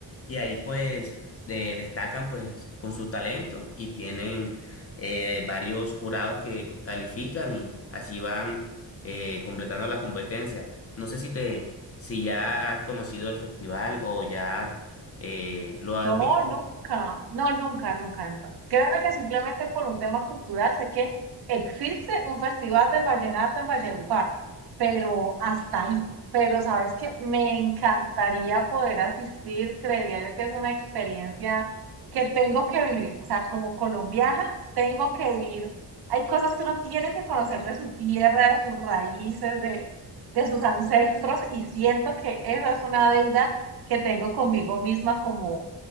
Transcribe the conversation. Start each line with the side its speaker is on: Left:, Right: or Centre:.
Left: y ahí pues... de- destacan pues con su talento y tienen eh, varios jurados que califican y así van eh, completando la competencia. No sé si te, si ya has conocido el festival o ya eh, lo has
Right: No,
Left: visto.
Right: nunca, no, nunca, nunca, nunca. Créeme que simplemente por un tema cultural sé que existe un festival del vallenato en Valledupar, pero hasta ahí. Pero sabes que me encantaría poder asistir, creería yo que es una experiencia que tengo que vivir. O sea, como colombiana, tengo que ir. Hay cosas que uno tiene que conocer de su tierra, de sus raíces, de, de sus ancestros, y siento que esa es una deuda que tengo conmigo misma como